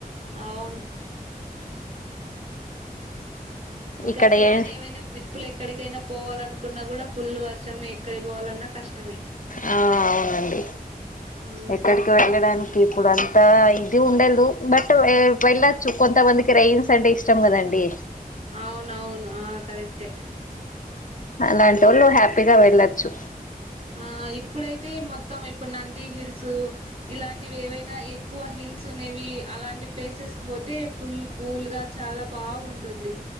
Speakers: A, on the right; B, on the left.
A: అవును ఇంకా
B: ఇక్కడ
A: ప్లాన్
B: ఏ
A: ఏమైనా ట్రిప్పులు ఎక్కడికైనా పోవాలినుకు కున్నా కూడా ఫుల్ వర్షము ఎక్కడి పోవాలన్నా కష్టమే
B: ఆ అవునండి
A: ఆ
B: ఎక్కడికి వెళ్ళడానికి ఇప్పుడానికి అ ఇది ఉండదు బట్ వెళ్ళచ్చు కొంతమందికి రైన్స్ అంటే ఇష్టం కదండి
A: అవునవును ఆ కరెక్టే
B: అలాంటి వాళ్ళు హ్యాపీ ప్పదా వెళ్ళచ్చు
A: ఆ ఇప్పుడైతే మొత్తం ఇప్పుడు నంది హిల్స్ ఇలాంటివి ఏవైనా ఎక్కువ హిల్స్ సునేవి అలాంటి ప్లేసెస్ పోతే ఫుల్ కూల్ గా చాలా బాగుంటుంది